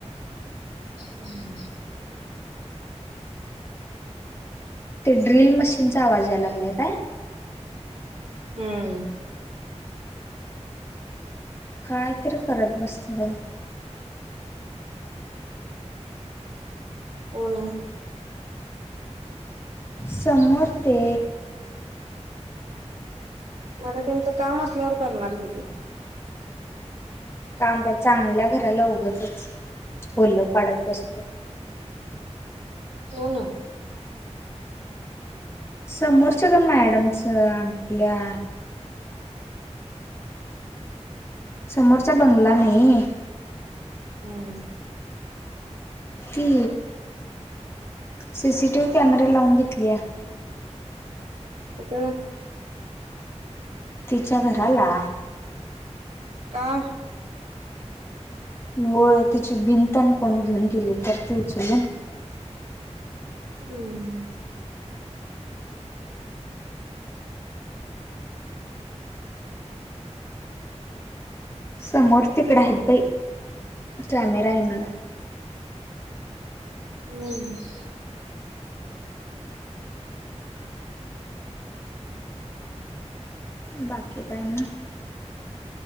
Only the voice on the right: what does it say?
हम
हम्म
कोण
आता त्यांचं काम असल्यावर करणार किती
कोन
हम्म
कुठ
काहा
हम्
हम्म